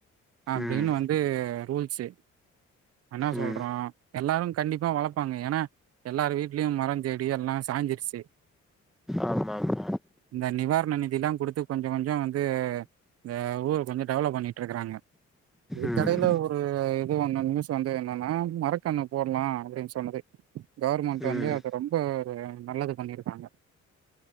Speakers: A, on the right (about 55°); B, in the centre.
A: அப்டின்னு
B: ம்
A: வந் து ரூல்ஸு அ இன்னா சொல்றோ
B: ம்
A: எல்லாரு கண்டிப்பா வளப்பாங்க ஏனா எல்லாரு வீட்லியும் மரம் செடி எல்லா சாஞ்சிருச்சு
B: ஆமா ஆமா
A: இந்த நிவாரண நிதில்லா குடுத்து கொஞ்ச கொஞ்சோ வந்து இந்த ஊர் கொஞ்சு டெவலப் பண்ணிட்ருக்காங்க இதுக்கெடைய்ல
B: ம்
A: ஊ குலுவ்ல இது ஒண்ண நியூஸ் வந்து என்னான்னா மரக்கண்ணு போட்லா அப்படின் சொன்னதே கவ்ர்மண்ட்
B: ம்
A: வந்து அத ரொம்ப ரு நல்லது பண்ணிருக்காங்க